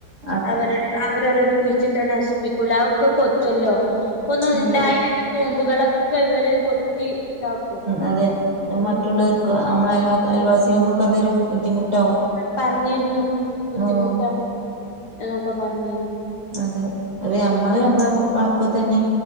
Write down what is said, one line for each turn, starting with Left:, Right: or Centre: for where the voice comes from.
Right: അതെ
Left: അവർ അവര് ഓരോന്ന് കുഴിച്ചിട്ട നശിപ്പിക്കൂല ഒക്കെ കൊത്തല്ലോ ഇപ്പ ഒന്ന ഉണ്ടായി.
Right: അതെ
Left: തോമ്പുകളൊക്കെ ഇവര് കൊത്തി ഇതാക്കും.
Right: അതെ
Left: ഉം
Right: മറ്റുള്ളവർക്ക് നമ്മളെ ആയ അയൽവാസികൾക്കൊക്കെ അതൊരു ബുദ്ധിമുട്ടാവും.
Left: പറഞ്ഞിരുന്നു ബുദ്ധിമുട്ട
Right: ആഹ്
Left: നോക്ക പറഞ്ഞിരുന്നു.
Right: അതെ അത് നമ്മള് നമ്മളെ വള പപ്പ് തന്നെ